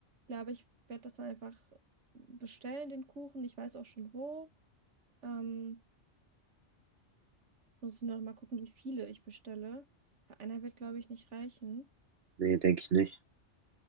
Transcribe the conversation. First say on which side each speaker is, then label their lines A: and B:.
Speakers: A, on the right; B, on the right.
A: glaube, ich werde das dann einfach bestellen, den Kuchen. Ich weiß auch schon wo. Ähm, muss ich nur noch mal gucken, wie viele ich bestelle. Weil Einer wird, glaube ich, nicht reichen.
B: Nee, denke ich nicht.